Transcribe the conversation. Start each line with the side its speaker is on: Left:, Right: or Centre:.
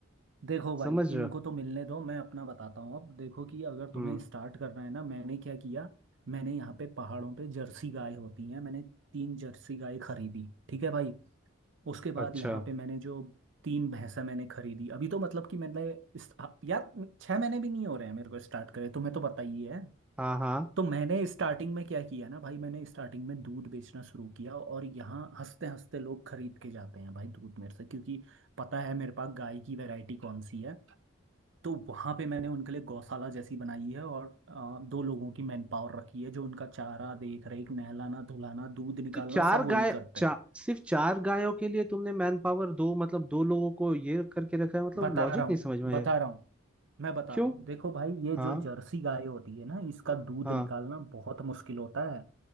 Right: देखो भाई
Centre: समझ
Right: इनको
Centre: रहे हो
Right: तो मिलने दो मैं अपना बताता हूँ अब देखो कि अगर तुम्हें
Centre: हम्म
Right: स्टार्ट करना है ना मैंने क्या किया मैंने यहाँ पे पहाड़ों पे जर्सी गाय होती हैं मैंने तीन जर्सी गाय खरीदी ठीक है भाई उसके बाद
Centre: अच्छा
Right: यहाँ पे मैंने जो तीन भैंसा मैंने खरीदी अभी तो मतलब कि मैंने इस- हाँ, यार छह महीने भी नहीं हो रहे हैं मेरे को स्टार्ट करे तुम्हें तो पता ही है
Centre: हाँ हाँ
Right: तो मैंने स्टार्टिंग में क्या किया ना भाई मैंने स्टार्टिंग में दूध बेचना शुरू किया और यहाँ हंसते हंसते लोग खरीद के जाते हैं भाई दूध मेरे से क्योंकि पता है मेरे पास गाय की वैरायटी कौन सी है तो वहाँ पे मैंने उनके लिए गौशाला जैसी बनाई है और अ, दो लोगों की मैन पावर रखी है जो उनका चारा देख रेख नहलाना धुलाना दूध निकालना
Centre: तो चार
Right: सब वही
Centre: गाय
Right: करते
Centre: चा,
Right: हैं
Centre: सिर्फ चार गायों के लिए तुमने मैन पावर दो मतलब दो लोगों को ये करके रखा है मतलब
Right: बता
Centre: लॉजिक
Right: रहा हूँ
Centre: नहीं समझ में
Right: बता
Centre: आया
Right: रहा हूँ मैं बता
Centre: क्यों
Right: रहा हूँ देखो भाई ये
Centre: हाँ
Right: जो जर्सी गाय होती है ना इसका दूध
Centre: हाँ
Right: निकालना बहुत मुश्किल होता है